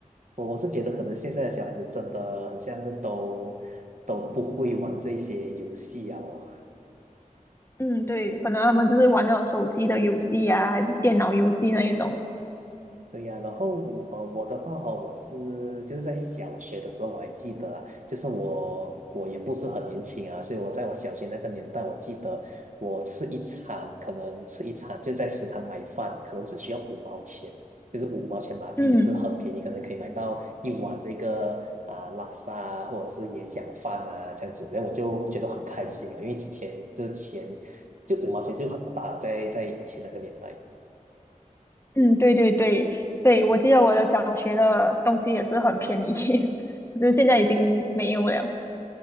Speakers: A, on the right (about 60°); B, on the left (about 20°).
A: 我我是觉得可能现在的小孩子真的很像都都不会玩这些游戏啊，哦
B: 嗯，对，可能他们就是玩那种手机的游戏呀，还是电脑游戏那一种。
A: 对呀，然后我呃我的话哦，我是就是在小学的时候我还记得啊，就是我我也不是很年轻啊，所以我在我小学那个年代，我记得我吃一餐可能吃一餐就在食堂买饭，可能只需要五毛钱，就是五毛钱马币，
B: 嗯
A: 就是很便宜，可能可以买到一碗这个啊、拉萨啊或者是椰讲饭啊这样子，那我就觉得很开心啊，因为之前这钱就五毛钱就很大了，在在以前那个年代。
B: 嗯，对对对对，我记得我的小学的东西也是很便宜，<laughs> 就是现在已经没有了。